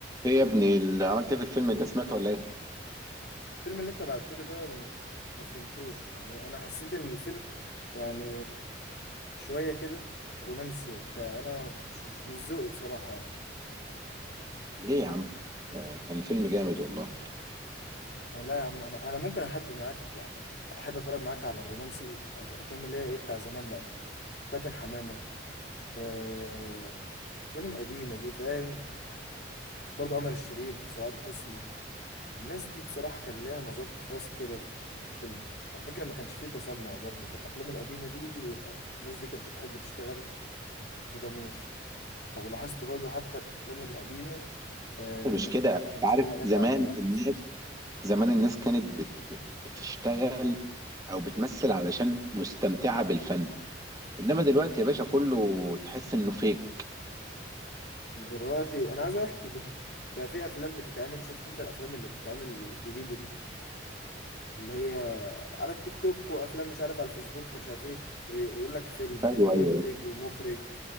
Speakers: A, on the right; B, on the left.
A: ايه يا ابني اللي عملت ايه في الفيلم ده سمعته ولا ايه؟
B: الفيلم اللي انت بعته لي ده م- ما فهمتوش يعني انا حسيت ان الفيلم يعني شويه كده رومانسي وبتاع انا مش مش ذوقي بصراحه يعني
A: ليه يا عم؟ آه، كان الفيلم جامد والله
B: يعني لا يا عم انا انا ممكن احب معاك يعني احب اتفرج معاك على الرومانسي الافلام اللي هي ايه بتاع زمان بقى فاتن حمامه آه، الافلام القديمه دي فاهم برضه عمر الشريف سعاد حسني الناس دي بصراحه كان ليها مذاق خاص كده في الفيلم على فكره ما كانش فيه تصنع برضه في الافلام القديمه دي الناس دي كانت بتحب تشتغل بضمير لو لاحظت برضه حتى الأفلام القديمة آه
A: مش
B: ما
A: كده انت
B: كانش
A: عارف
B: راجع عليها
A: زمان
B: تعليقات
A: الناس زمان الناس كانت بت بت بتشتغل او بتمثل علشان مستمتعة بالفن انما دلوقتي يا باشا كله تحس انه فيك
B: دلوقتي أنا عايز أعرف <laughs> بقى في أفلام بتتعمل شفت أنت الأفلام اللي بتتعمل الجديدة دي اللي هي على التيك توك وأفلام مش عارف على الفيسبوك ومش عارف إيه ويقول لك فيلم
A: ايوه
B: ومنتج
A: ايوه
B: ومخرج